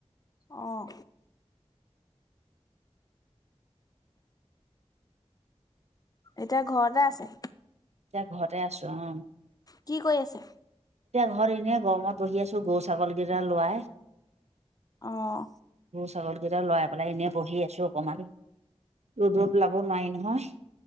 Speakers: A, on the left (about 35°); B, on the right (about 80°).
A: আহ এতিয়া ঘৰতে আছে।
B: এতিয়া ঘৰতে আছো অ।
A: কি কৈ আছে।
B: পোহৰ এনেৱে গৰমত বহি আছো, গৰু ছাগলী কেইটা লোৱাই।
A: আহ
B: ছাগল কেইটা লৰাই পেলাই এনেই বহি আছো অকমান ৰ'দ ৰ'দ ওলাব নোৱাৰি নহয়।